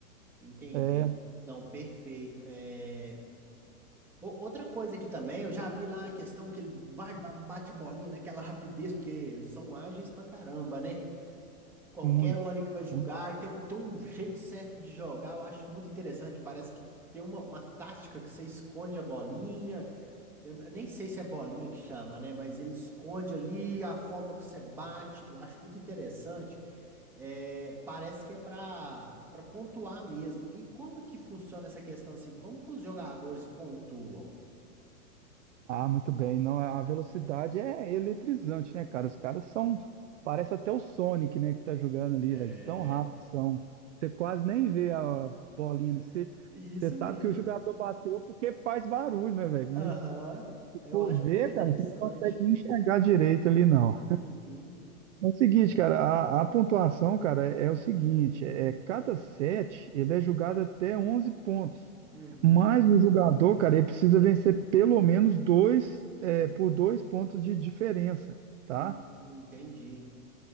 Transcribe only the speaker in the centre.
Entendi.
Não, perfeito. É... o- Outra coisa aqui também, eu já vi lá a questão que ele vai- ba- bate a bolinha naquela rapidez, porque eles são ágeis pra caramba, né? Qualquer
um ali que vai jogar,
e tem um, tem um jeito certo de jogar, eu acho muito interessante. Parece que tem uma, uma tática que você esconde a bolinha, Eu, eu nem sei se é bolinha que chama, né? Mas ele esconde ali a forma que você bate. Eu acho muito interessante. É, parece que é pra, pra pontuar mesmo. E como que funciona essa questão assim? Como que os jogadores pontuam?
É.
Isso
mesmo.
Aham. Eu
acho
muito interessante.
Uhum.
Uhum.
Hum, Entendi.